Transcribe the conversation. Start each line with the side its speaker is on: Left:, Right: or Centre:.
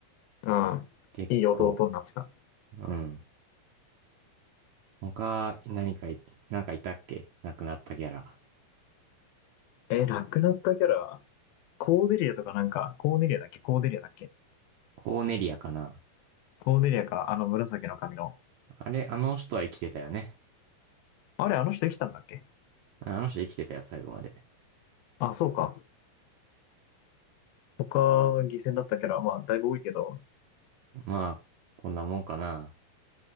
Left: うん。
Right: 結構、
Left: いい弟になってた。
Right: うん。他、何かい、なんかいたっけ亡くなったキャラ。
Left: え、亡くなったキャラ、コーデリアとかなんか、コーデリアだっけコーデリアだっけ
Right: コーネリアかな
Left: コーデリアか、あの紫の髪の。
Right: あれ、あの人は生きてたよね。
Left: あれ、あの人生きたんだっけ
Right: あの人生きてたよ、最後まで。
Left: あ、そうか。他、犠牲になったキャラ、まあ、だいぶ多いけど。
Right: まあ、こんなもんかな。